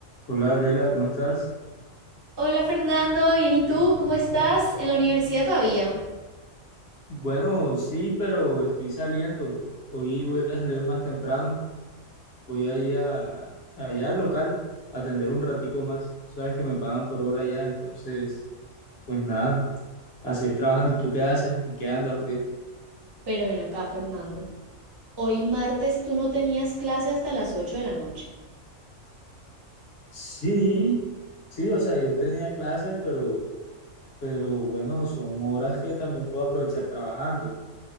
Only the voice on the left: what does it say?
Hola, Gabriela, ¿cómo estás?
Bueno, sí, pero estoy saliendo. Hoy voy a salir más temprano. Voy a ir a, allá al local, a atender un ratico más. Tú sabes que me pagan por hora allá, entonces, pues nada, a seguir trabajando. ¿Y tú qué haces? ¿En qué andas o qué?
Sí, sí, o sea, yo tenía clases, pero, pero bueno, son horas que también puedo aprovechar trabajando.